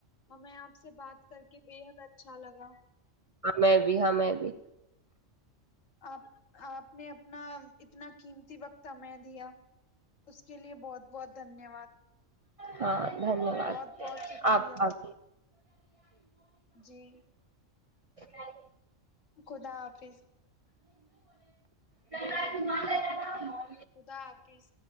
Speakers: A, on the left; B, on the right.
A: اور میں آپ سے بات کر کے بےحد اچھا لگا
B: ہمیں بھی ہ میں بھی
A: آپ آپ نے اپنا اتنا قیمتی وقت ہمیں دیا اس کے لیے بہت بہت دھنیہ واد
B: ہ ہاں دھنیہ واد
A: بہت بہت شکریہ
B: آپ آے ٹھیک
A: جی
B: ہے <inaudible>
A: خدا حافظ
B: بولے
A: خدا آپریز